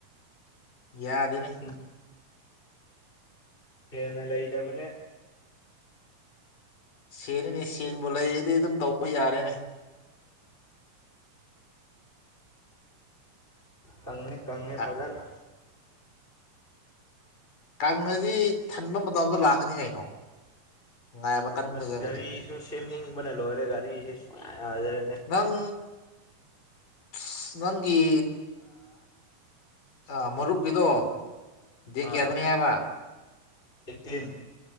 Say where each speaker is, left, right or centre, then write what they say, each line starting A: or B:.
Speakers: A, on the left; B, on the left.
A: ꯌꯥꯗꯦꯅꯦ
B: ꯎꯝ ꯍꯦꯟꯅ ꯂꯩꯇꯕꯅꯦ
A: ꯁꯦꯜꯂꯤꯅꯦ ꯁꯦꯡꯕꯨ ꯂꯩꯔꯗꯤ ꯑꯗꯨꯝ ꯇꯧꯕ ꯌꯥꯔꯦꯅꯦ
B: ꯀꯪꯉꯦ ꯀꯪꯉꯦ
A: ꯀ-
B: ꯐꯖꯅ
A: ꯀꯪꯉꯗꯤ ꯊꯟꯕ ꯃꯇꯝꯗꯣ ꯂꯥꯛꯀꯅꯤ ꯀꯩꯅꯣ ꯉꯥꯏꯕ ꯀꯟꯒꯗꯕꯅꯤ
B: ꯑꯁ ꯒꯥꯔꯤꯁꯨ ꯁꯦꯝꯅꯤꯡꯕꯅ ꯂꯣꯏꯔꯦ ꯒꯥꯔꯤꯁꯦ ꯁꯨꯡꯌꯥ ꯌꯥꯗꯔꯦꯅꯦ
A: ꯀꯡ ꯑꯁ ꯅꯪꯒꯤ ꯑ ꯃꯔꯨꯞꯀꯤꯗꯣ ꯗꯦꯠ ꯀꯌꯥꯗꯅꯤ
B: ꯑꯥ
A: ꯍꯥꯏꯕ
B: ꯑꯦꯛꯇꯤꯟ